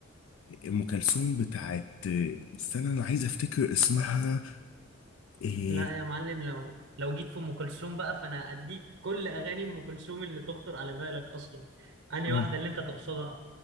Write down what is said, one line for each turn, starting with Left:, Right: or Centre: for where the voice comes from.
Left: أم كلثوم بتاعت آه، استنى أنا عايز أفتكر اسمها إيه
Right: لا يا معلم لو لو جيت في ام كلثوم بقى فانا اديك كل اغاني ام كلثوم اللي تخطر على بالك اصلا انهي
Left: آه.
Right: واحده اللي انت تقصدها